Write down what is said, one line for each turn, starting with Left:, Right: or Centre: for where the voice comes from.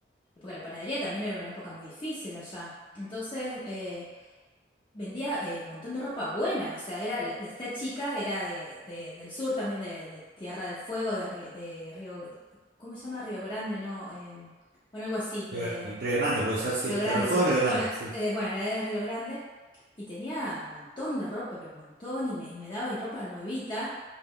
Left: porque la panadería también era una época muy difícil allá, entonces... eh, vendía eh, un montón de ropa buena, o sea, era la- la- esta chica era de, de- del sur también, de, de Tierra del Fuego, de, Ri- de Río, ¿cómo se llama? Río Grande, no, eh, bueno, algo así, de
Right: Eh, Río Grande puede ser, sí,
Left: Río
Right: Tierra
Left: Grande,
Right: del Fuego,
Left: sí.
Right: Río Grande,
Left: Bueno,
Right: sí.
Left: eh, bueno, era de Río Grande y tenía un montón de ropa, pero un montón, y me, y me daba y ropa nuevita,